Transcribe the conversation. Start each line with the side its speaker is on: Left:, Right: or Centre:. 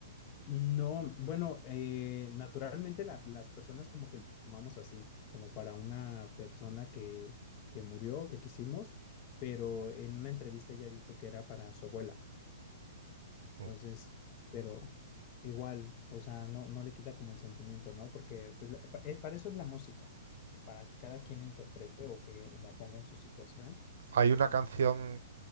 Left: No, bueno, eh, naturalmente la- las personas como que lo tomamos así, como para una persona que, que murió, que quisimos, pero en una entrevista ella dijo que era para su abuela.
Right: Mm.
Left: Entonces, pero igual, o sea, no, no le quita como el sentimiento, ¿no? Porque pues, la- pa- eh, para eso es la música, para que cada quien la interprete o que la ponga en su situación.
Right: Hay una
Left: Y,
Right: canción,